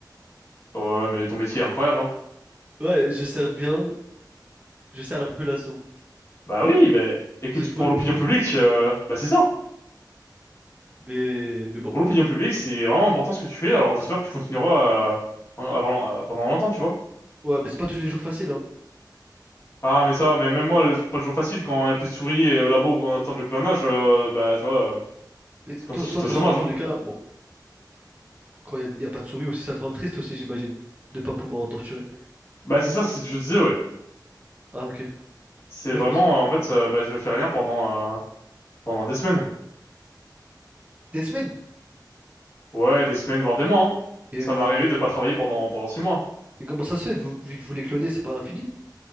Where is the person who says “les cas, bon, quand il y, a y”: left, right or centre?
Right